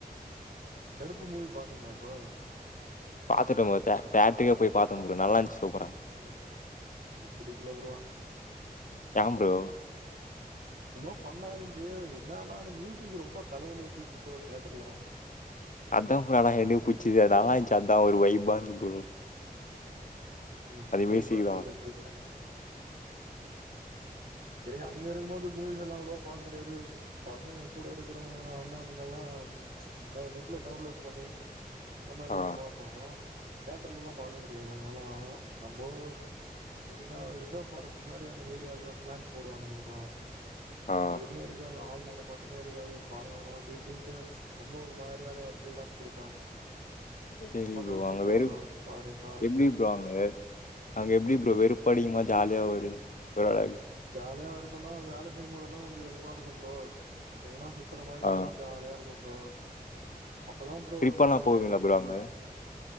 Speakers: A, on the right; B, on the left.
A: கருப்பு மூவி பாத்தீங்ளா ப்ரோ
B: பாத்துட்ட ப்ரோ தேட் தேட்ருக்கு போய் பாத்த ப்ரோ நல்லா இருந்ச்சு சூப்பரா
A: எனக்கென்ன எனக் புடிக்கல ப்ரோ
B: ஏ ப்ரோ
A: சும்மா ஃபன்னா இருந்ச்சு என்னான்னா அந்த மியூசிக் ரொம்ப தலவலி எடுத்துக்கிச்சு ப்ரோ தேட்டர்ல
B: அதா ஃபனா எனக் புடிச்சது அது நல்லாந்ச்சி அதா ஒரு வைபா இந்துது ப்ரோ
A: ம்
B: அது
A: வைபா
B: மியூசிக்
A: இருந்துதுன்றிகளா
B: தா
A: செரி அங்க இருக்கும்போது மூவிஸ் எல்லா அவ்ளோ பாக்க முடியாது பசங்க கூட இருக்குறவங்களா அண்ணண்ணுகளா எல்லா நெட்ல டவுன்லோட் பண்ணி இந்த மாரிதா
B: ஆ
A: பாப்போ தேட்டர்லல்லா பாக்க முடியாது அங்கல்லா நம்போ எப்டின்னா ஒரு ரிசர்வ் ஃபாரஸ்ட் மாரியான ஏரியாக்குள்ள பிளான்ட்டு போடுவானுங்க
B: ஆ
A: எதும் இருக்காது ஆள் நடமாட்டமே இருக்காது பாலைவன அப்டி இப்டின்ட்டு ரொம்ப ஒரு மாரியான எடத்துல தா குடுப்பாங்க
B: சரி
A: ரொம்ப கஷ்டம்
B: அங்க
A: ப்ரோ
B: வெறு
A: பாதி நாள்
B: எப்டி ப்ரோ அங்க அங்க எப்டி ப்ரோ வெறுப்படிக்குமா ஜாலியா ஒரு ஒரு அளவுக்
A: ஜாலியா இருக்கும்ன்னா வேல செய்யும்போதெல்லா கொஞ்சோ வெறுப்பா இருக்கு ப்ரோ எங்கனா சுத்துற மாரி இந்ச்சுன்னா
B: ஆ
A: ஜாலியா இருக்கும் ப்ரோ அப்பதா ப்ரோ
B: ட்ரிப்பெல்லா
A: நம்புளுக்கு
B: போவீங்களா ப்ரோ அங்க